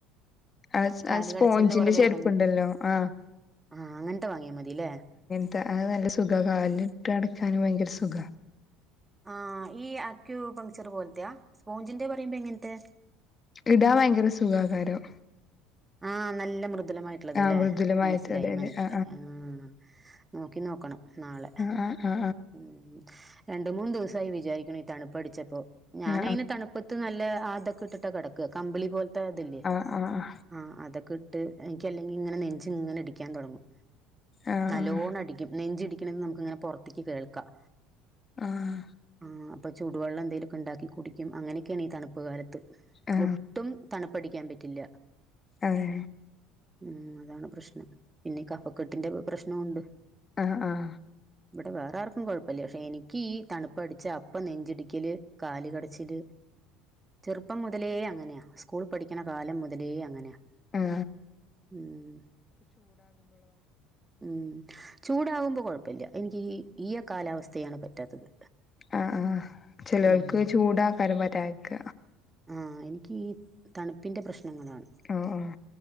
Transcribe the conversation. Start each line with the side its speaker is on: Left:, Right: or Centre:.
Left: ആഹ് സ്
Right: കാല്
Left: സ്പോഞ്ചിന്റെ
Right: കടച്ചിലിന് കൊറെ ഭേദം
Left: ചെരുപ്പുണ്ടല്ലോ
Right: കിട്ടും
Left: ആഹ്
Right: ആഹ് അങ്ങൻത്തെ വാങ്ങിയാ മതില്ലേ.
Left: ആഹ് അത് നല്ല സുഖ കാലിലിട്ട് നട്ക്കാനും ഭയങ്കര സുഖ.
Right: ആഹ് ഈ ആക്യൂ പങ്ക്ചർ പോലത്തെയാ സ്പോഞ്ചിന്റെ പറയുമ്പോ എങ്ങിന് ത്തെ.
Left: ഇടാം ഭയങ്കര സുഖാകാരം.
Right: ആഹ് നല്ല മൃദുലമായിട്ട്ള്ളത്
Left: ആ
Right: അല്ലെ
Left: മൃദുലമായിട്ട്
Right: മനസ്സിലായി
Left: അതെ അതെ
Right: മനസ്സിലായി
Left: ആ
Right: ആഹ്. നോക്കി നോക്കണം നാളെ
Left: ആ ആ ആ
Right: ഉം. രണ്ട് മൂന്ന് ദിവസായി വിചാരിക്ക്ണ് തണുപ്പ് അട്ച്ചപ്പോ ഞാനയിന്
Left: ആ ആ
Right: തണുപ്പ്. ത്ത് നല്ല ആഹ് തൊക്കെ ഇട്ടിട്ടാ കടക്കാ കമ്പിളി പോല്ത്തെ തില്ലേ.
Left: ആഹ് ആഹ്.
Right: ആഹ് അതക്കെ ഇട്ട് എന്ക്കല്ലെങ്കിൽ ഇങ്ങനെ നെഞ്ച് ഇങ്ങനെ അടിക്കാൻ തെട്ങ്ങും.
Left: ആ ആ
Right: നല്ലോണം അടിക്കും നെഞ്ചിടിക്കണന്ന് നമുക്ക് ഇങ്ങനെ പെറ്ത്ത്ക്ക് കേൾക്കാം.
Left: ആഹ്.
Right: ആഹ് അപ്പോ ചൂട് വള്ളം എന്തേലെക്കെ ഉണ്ടാക്കി കുടിക്കും അങ്ങനെയൊക്കെയാണ് ഈ തണുപ്പ് കാലത്ത്
Left: ആ ആ
Right: ഒട്ടും. തണുപ്പടിക്കാൻ പറ്റില്ല.
Left: അതെ.
Right: ഉം അതാണ് പ്രശ്നം പിന്നെ കഫക്കെട്ടിന്റെ പ്രശ്നമുണ്ട്.
Left: ആഹ് ആഹ
Right: ഇവിടെ വേറെ ആർക്കും കെഴപ്പല്ലൃ പക്ഷേ എനിക്ക് ഈ തണുപ്പടിച്ച അപ്പം നെഞ്ചിടിക്കല്. കാല് കട. ച്ചില് ചെറ്പ്പം മുതലേ അങ്ങനെയാ സ്കൂൾ പഠിക്ക്ണ കാലം മുതലേ അങ്ങനെയാ.
Left: ഉം.
Right: ഉം. ഉം ചൂടകുമ്പോ കെഴപ്പല്ലൃ എനിക്ക് ഈ ഈയ കാലാവസ്ഥയാണ് പറ്റാത്തത്.
Left: ആഹ് ആഹ് ചെലേൽക്ക്
Right: ഉം
Left: ചൂടാക്കാരും പറ്റാത്ക്ക.
Right: ആഹ് എനിക്ക് ഈ തണുപ്പിന്റെ പ്രശ്നങ്ങളാണ്.
Left: ആഹ് ആഹ്.